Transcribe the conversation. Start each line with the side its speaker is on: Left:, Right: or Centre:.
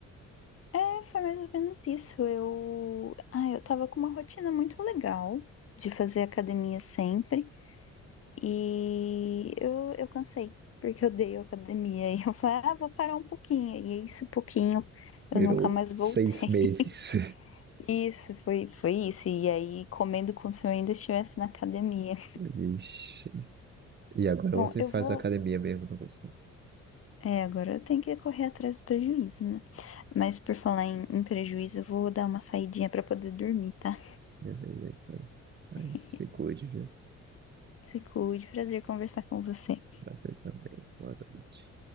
Left: É, foi mais ou menos isso. Eu, ah, eu tava com uma rotina muito legal de fazer academia sempre. E eu, eu cansei, porque eu dei academia. <laughs> E eu falei, ah, vou parar um pouquinho. E esse pouquinho eu
Right: virou
Left: nunca mais
Right: seis
Left: voltei.
Right: meses.
Left: <laughs> Isso, foi, foi isso. E aí, comendo como se eu ainda estivesse na academia.
Right: <laughs> Vixe. E agora
Left: Bom,
Right: você
Left: eu
Right: faz
Left: vou.
Right: academia mesmo, não você?
Left: É, agora eu tenho que correr atrás do prejuízo, né? Mas por falar em, em prejuízo, eu vou dar uma saidinha pra poder dormir, tá?
Right: Beleza, então. Aí
Left: <laughs>
Right: se cuide, viu?
Left: Se cuide, prazer conversar com você.
Right: você também. Boa noite.